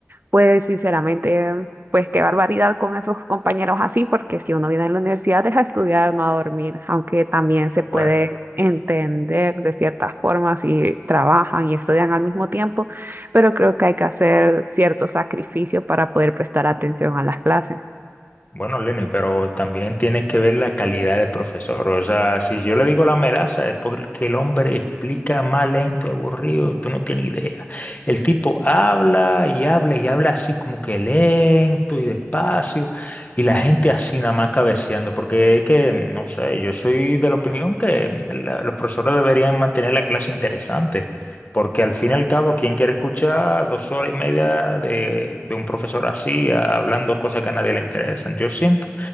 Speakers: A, on the right; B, on the left.
A: pues sinceramente, pues qué barbaridad con esos compañeros así, porque si uno viene a la universidad es a estudiar, no a dormir, aunque también se puede
B: Bueno,
A: entender de ciertas formas si trabajan y estudian al mismo tiempo, pero creo que hay que hacer ciertos sacrificios para poder prestar atención a las clases.
B: bueno, Lenny, pero también tienes que ver la calidad del profesor. O sea, si yo le digo la melaza, es porque el hombre explica más lento y aburrido, tú no tienes idea. El tipo habla y habla y habla así como que lento y despacio, y la gente así nada más cabeceando, porque es que, no sé, yo soy de la opinión que la- los profesores deberían mantener la clase interesante. Porque al fin y al cabo, ¿quién quiere escuchar dos horas y media de, de un profesor así, a- hablando cosas que a nadie le interesan? Yo siento